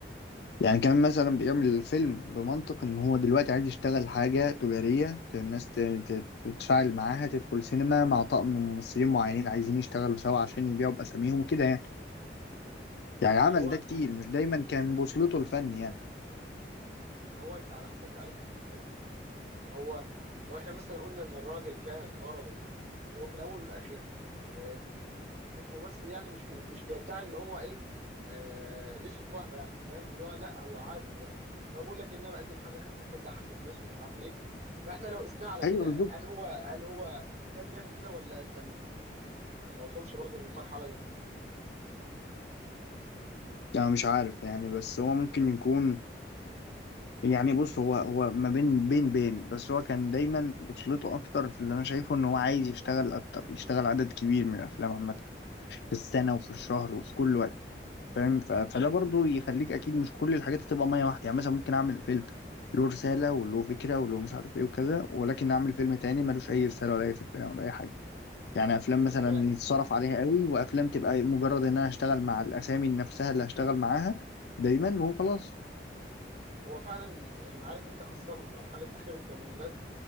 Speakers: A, on the left; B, on the right.
A: يعني كمان مثلا بيعمل الفيلم بمنطق ان هو دلوقتي عايز يشتغل حاجة تجارية ت- الناس ت- ت- تتفاعل معاها تدخل سينما مع طقم ممثلين معينين عايزين يشتغلوا سوا عشان يبيعوا بأساميهم وكده يعني يعني
B: بس
A: عمل
B: هو
A: ده كتير
B: ما...
A: مش دايما كان بوصلته الفن يعني
B: ما هو انت على حسب تعريفك ايه الفن ما هو لو احنا مثلا قلنا ان الراجل كان غرضه هو في الاول والاخر آه، مش ممثل يعني مش بي مش بيدعي ان هو ايه آه، يوسف وهبي يعني فاهم اللي هو لا هو عادي هو هو بيقول لك ان انا بقدم حاجه خفيفه تضحك الناس ومش عارف ايه فاحنا لو قسناه على
A: ايوه
B: كده
A: بالظبط
B: هل هو هل هو كان بيعمل كده ولا كان ما وصلش برضو للمرحله دي
A: يعني مش عارف يعني بس هو ممكن يكون يعني بص هو هو ما بين بين بين بس هو كان دايما بوصلته اكتر في اللي انا شايفه ان هو عايز يشتغل اكتر يشتغل عدد كبير من الافلام عامة في السنة وفي الشهر وفي كل وقت فاهم ف- فده برضو يخليك اكيد مش كل الحاجات تبقى ميه واحده يعني مثلا ممكن اعمل فيلم له رساله وله فكره وله مش عارف ايه وكذا ولكن اعمل فيلم تاني ملوش اي رساله ولا اي فكره ولا اي حاجه يعني افلام
B: طب
A: مثلا
B: انت
A: يتصرف عليها
B: آه،
A: قوي وافلام تبقى مجرد ان انا هشتغل مع الاسامي نفسها اللي هشتغل معاها دايما وخلاص
B: هو فعلا يعني عارف انت خاصه من مرحله اخر الثمانينات